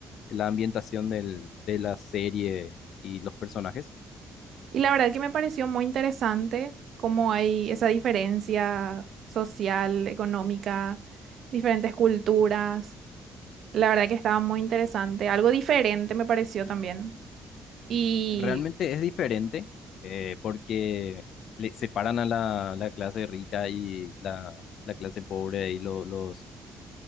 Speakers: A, on the left; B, on the right.
A: la ambientación del- de la serie y los personajes?
B: Y la verdad que me pareció muy interesante cómo hay esa diferencia social, económica, diferentes culturas. La verdad que estaba muy interesante. Algo diferente me pareció también. Y
A: Realmente es diferente eh, porque le separan a la, la clase rica y la, la clase pobre y lo- los